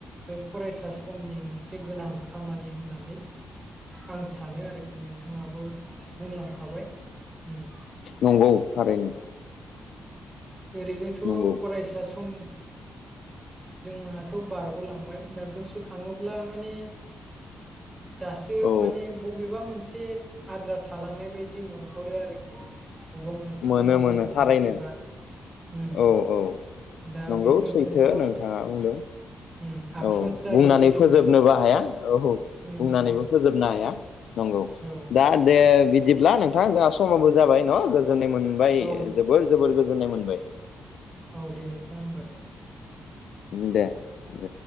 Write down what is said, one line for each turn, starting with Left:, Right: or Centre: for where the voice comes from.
Right: बे फरायसा समनि मोनसे गोनां खामानि होननानै आं सानो आरोखि नोंथाङाबो बुंलांखाबाय उम।
Left: नंगौ थारैनो।
Right: ओरैनोथ'
Left: नंगौ
Right: फरायसा सम जोंहाथ' बारग'लांबाय दा गोसोखाङोब्ला माने दासो
Left: औ
Right: माने बबेबा मोनसे आद्रा थालांनाय बायदि मोनहरो आरोखि बबेबा मोनसेखौ
Left: मोनो
Right: मावबोनो
Left: मोनो
Right: हायाखैबा
Left: थारैनो
Right: उम
Left: औ औ
Right: दा
Left: नंगौ
Right: बेफोरखौथ'
Left: सैथो नोंथाङा बुंदों।
Right: उम आफस'स
Left: औ
Right: जाहैनाय
Left: बुंनानै
Right: बायदि
Left: फोजोबनोबो
Right: मोनो
Left: हाया औ औ
Right: उम
Left: बुंनानैबो
Right: उम
Left: फोजोबनो हाया नंगौ
Right: औ
Left: दा दे बिदिब्ला नोंथा जोहा स समाबो जाबाय न गोजोननाय मोनबाय
Right: औ
Left: जोबोर जोबोर गोजोननाय मोनबाय।
Right: औ दे नोंथां होमबा दे।
Left: दे। दे